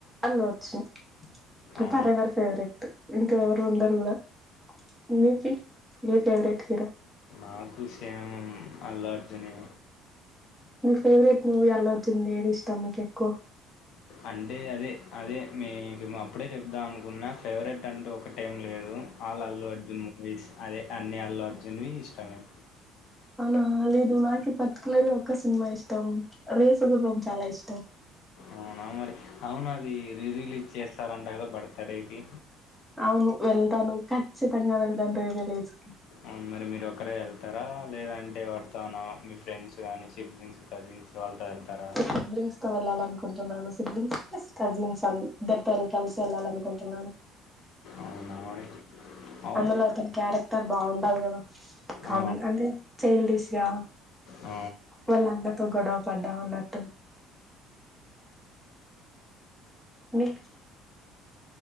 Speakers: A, in the centre; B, on the left (about 55°).
A: అల్లుఅర్జున్
B: అవును.
A: ఫరెవర్ ఫేవరెట్ ఇంక ఎవరు ఉండరు కూడా మీకి మీ ఫేవరెట్ హీరో
B: నాకు శామ్ అల్లార్జునే
A: మీ ఫేవరెట్ మూవీ అల్లుఅర్జున్ది ఏది ఇష్టం మీకు ఎక్కువ
B: అంటే అదే అదే మీకు అప్పుడే చెప్దాం అనుకున్న ఫేవరెట్ అంటూ ఒకటేం లేదు ఆల్ అల్లు అర్జున్ మూవీస్ అదే అన్ని అల్లర్జున్వి ఇష్టమే
A: అవునా లేదు నాకు పర్టికులర్గా ఒక్క సినిమా ఇష్టం రేసు గుర్రం చాలా ఇష్
B: అవునామరి అవునది రీ రిలీజ్ చేస్తారంట కదా బర్తడే కి
A: అవును వెళ్తాను ఖచ్చితంగా వెళ్తాను రీ రిలీజ్ కి
B: ఆ మరి మీరు ఒకరే ఎళ్తారా లేదంటే ఎవరితో అన్నా మీ ఫ్రెండ్స్ గానీ సిబ్లింగ్స్ కజిన్స్ వాళ్లతో వెళ్త తార
A: సిబ్లింగ్స్ వెళ్ళాలనుకుంటున్నాను సిబ్లింగ్స్ ఎస్ కజిన్స్ అందరితో ఎల్త కలసి వెళ్ళాలని కుంటున్నాను
B: అవునా <inaudible> అవు
A: అందులో అతని క్యారెక్ తన్ బావుండాల్ గదా కామన్
B: ఆ!
A: అంటే చైల్డిష్గా
B: ఆ!
A: వాళ్ళందరితో గొడవ పడ్డా ఉన్నట్టు మీక్